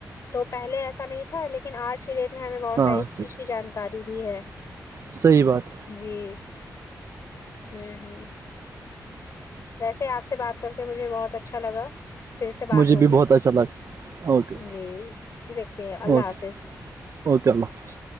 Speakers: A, on the left; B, on the right.
A: تو پہلے ایسا نہیں تھا لیکن آج کی ڈیٹ میں ہمیں بہت
B: ہاں
A: ساری اس چیز
B: صحیح
A: کی جانکاری بھی ہے
B: صحیح بات ہے
A: جی ہوں ہوں ویسے آپ سے بات کر کے مجھے بہت اچھا لگا پھر
B: ہے
A: سے بات
B: مجھے
A: ہوگی
B: بھی بہت اچھا لگا اوکے
A: جی دیکھتے ہیں اللہ
B: اوکے
A: حافظ
B: اوکے اللہ حافظ